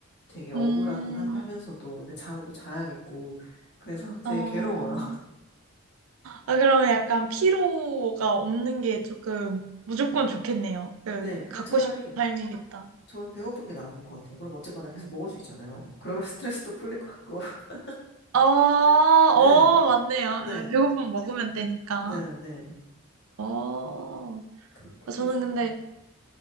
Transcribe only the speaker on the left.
되게 억울하긴
하, 면서도 근데 잠은 또 자야겠고, 그래서 <laughs> 되게
괴로워요.
네, 그냥
차라리
저는 배고픈 게 나은 것 같아요. 그럼 어쨌거나 계속 먹을 수 있잖아요. 그러면 <laughs> 스트레스도 풀릴 것 같고. <laughs>
네,
네,
네, 네.
그,
그게
좋은
것 같아요.